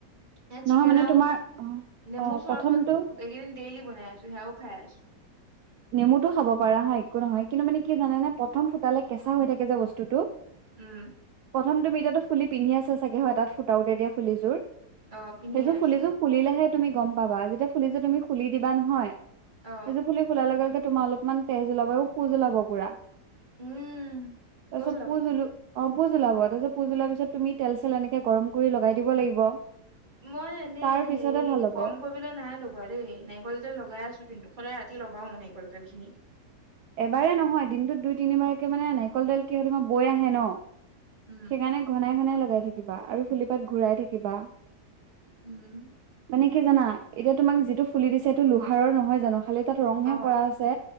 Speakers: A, on the right; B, on the right.
A: এয়া
B: নহয়
A: চিকেন
B: মানে
A: আৰু
B: তোমাৰ অ',
A: নেমু
B: অ'
A: চৰবত
B: প্ৰথমটো
A: একেইদিন ডেইলি বনাই আছো সেয়াও খাই আছোঁ।
B: নেমুটো খাব পাৰা হা একো নহয় কিন্তু মানে কি জানে নে প্ৰথম ফুটালে কেঁচা হৈ থাকে যে বস্তুটো
A: উম।
B: প্ৰথম তুমি টা ফুলি পিন্ধি আছ ছাগে হয় তাত তও তেতিয়া ফুলিযোৰ
A: অ পিন্ধিয়ে
B: সেযোৰ
A: আছো
B: ফুলিযোৰ খুলি লেহে তুমি গম পাবা যেতিয়া ফুলিযুৰ তুমি খুলি দিবা নহয়
A: অ
B: সেইযোৰ ফুলি তাৰ লগে লগে তোমাৰ অলপমান তেজ ওলাব আৰু পুজ ওলাব পুৰা।
A: উম
B: তছ
A: কৈছো লাভ
B: পূজ লো অ' পুজ ওলাব তাৰপিছত পুজ ওলাৰ পিছত তুমি তেল চেল এনেকে গৰম কৰি লগাই দিব লাগিব।
A: মই এনেই
B: তাৰ পিছতে
A: হে
B: ভাল হ'ব
A: গম কৰিবলৈ নাই লগোৱা দেই নাৰিকল যে লগাই আছো কিন্তু সদায় ৰা <unintelligible> তেল খিনি।
B: এবাৰে নহয় দিনটোত দুই তিনিবাৰকে মানে নাৰিকল তেল কি হয় তোমাৰ বৈ আহে ন'।
A: উম
B: সেইকাৰণে ঘনাই ঘনাই লগাই থাকিবা আৰু ফিলিপাত ঘূৰাই থাকিবা।
A: উম।
B: নে কি জানা, এতিয়া তোমাক যিটো ফুলি দিছে, হেইটো লোহাৰৰ নহয় জানো? খালী তাত ৰংহে
A: অ'
B: কৰা আছে,